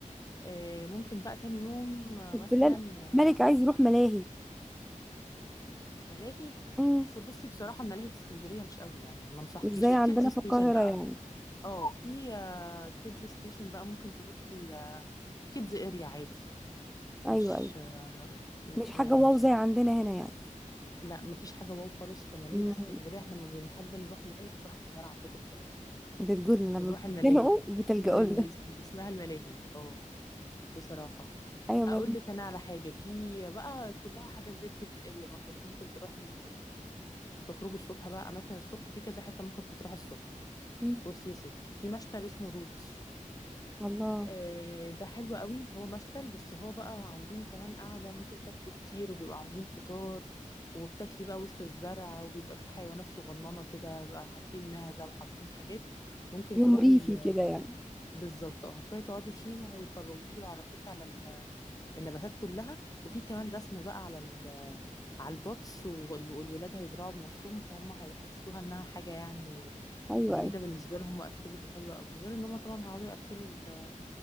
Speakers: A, on the left (about 25°); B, in the centre.
A: آه، ممكن بقى تاني يوم آه،
B: بلال
A: مثلا
B: ملك
A: آه،
B: عايز يروح ملاهي
A: ملاهي
B: مم.
A: بصي بصراحة الملاهي في اسكندرية مش قوي يعني ما انصحكيش
B: مش زي
A: في
B: عندنا
A: كيدز ستيشن
B: في القاهرة
A: بقى
B: يعني
A: اه في كيدز ستيشن بقى ممكن تروحي كيدز اريا عادي
B: أيوة
A: مش
B: أيوة
A: آه، م-
B: مش حاجة
A: يعني
B: واو
A: مش
B: زي
A: هت...
B: عندنا هنا يعني
A: لا مفيش حاجة واو خالص كملاهي
B: مم.
A: في اسكندرية احنا لما بنحب نروح ملاهي بنروح القاهرة عندكم بصراحة
B: بتقولنا لما
A: بنروح
B: بتتخانقوا
A: الملاهي
B: بتلجأوا
A: اسمها الم...
B: لنا
A: اسمها الملاهي اه بصراحة
B: <laughs> أيوة
A: اقول
B: مالك
A: لك انا على حاجة في بقى كلها حاجات زي كيدز اريا برضه ممكن تروحي هتخرجوا الصبح بقى اماكن الصبح في كذا حتة ممكن تروح الصبح
B: مم.
A: بصي يا ستي في مشتل اسمه روتس
B: الله
A: آه، ده حلو قوي هو مشتل بس هو بقى عاملين كمان قاعدة ممكن تاكلي فطير وبيبقى عاملين فطار وبتاكلي بقى وسط الزرع وبيبقى في حيوانات صغننة كده بقى حاطين معزة وحاطين حاجات ممكن
B: يوم
A: تروحي
B: ريفي كده
A: آه،
B: يعني
A: طبعا. بالظبط اه هتروحي تقعدي فيه وهيفروكي ويعرفوكي على ال- النباتات كلها وفي كمان رسم بقى على ال- على البطس وال- والولاد هيزرعوا بنفسهم فهم هيحسوها انها حاجة يعني
B: أيوة
A: جديدة
B: أيوة
A: بالنسبة لهم واكتيفيتي حلوة قوي غير ان هم طبعا هيقعدوا ياكلوا ال-